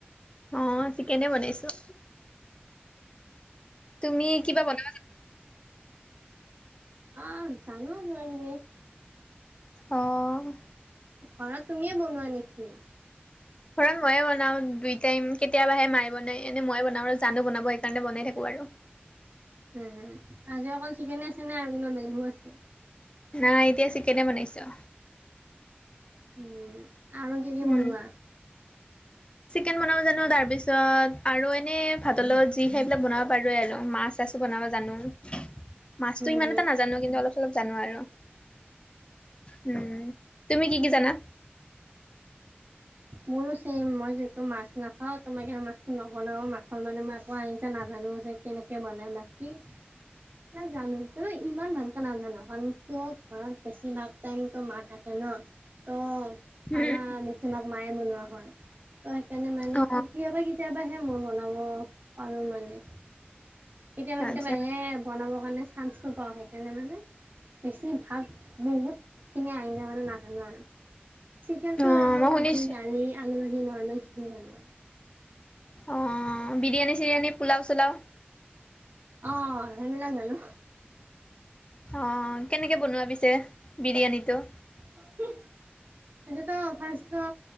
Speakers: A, on the left; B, on the right.
A: অ', চিকেনে বনাইছোঁ। তুমি কিবা বনাব জা
B: আ, জানো বাৰু তুমি
A: অ'।
B: ঘৰত তুমিয়েই বনোৱা নেকি?
A: ঘৰত মইয়ে বনাওঁ, দুই টাইম, কেতিয়াবাহে মায়ে বনাই, এনেই মইয়ে বনাওঁ আৰু জানো বনাব সেইকাৰণে বনাই থাকো আৰু
B: উম, উম। আজি অকল চিকেনেই আছে নে আৰু কিবা বেলেগো আছে?
A: নাই এতিয়া চিকেনেই বনাইছোঁ।
B: উম, আৰু কি কি
A: উম
B: বনোৱা?
A: চিকেন বনাব জানো তাৰ পিছত আৰু এনে, ভাতৰ লগত যি খায় সেইবিলাক বনাব পাৰোৱে আৰু মাছ ছাছু বনাব জানো
B: <inaudible>
A: মাছটো ইমান
B: হুম
A: এটা না জানো কিন্তু অলপ চলপ জানো আৰু, উম তুমি কি কি জানা?
B: মোৰো ছেমই মই যিহেটো মাছ নাখাও তো মই মাছটো নবনাও মাছৰ মানে মই একো আঞ্জা নাজানোও যে। কেনেকে বনায় বাকী বিলাক জানো, কিন্তু ইমান ভালকে নাজানো কাৰণ কিয় ঘৰত বেছি ভাগ টাইমতো মা থাকে ন। ত
A: উম
B: খানা বেছিভাগ মায়ে বনোৱা হয়, ত সেইকাৰণে মানে
A: অ
B: কেতিয়াবা কেত তিয়াবাহে মই বনাব পাৰো মানে। কেতিয়াবা
A: আচ্ছা
B: কেতিয়াবা এ বনাবৰ কাৰণে চাঞ্চটো পাওঁ সেইকাৰণে মানে বেছি ভাগ বহুত খিনিয়ে আঞ্জা মানে নোহানো আৰু। চিকেনটো
A: অ
B: জানো
A: মই শুনিছো
B: বাকী দালি আলু ভাজি নৰ্মেলখিনি জানো।
A: অঁ, বিৰিয়ানী চিৰিয়ানী পোলাও চোলাও।
B: অঁ, সেই বিলাক জানো।
A: অঁ কেনেকে বনোৱা পিছে বিৰিয়ানীটো?
B: <inaudible> সেইটো ত ফাৰ্ষ্ট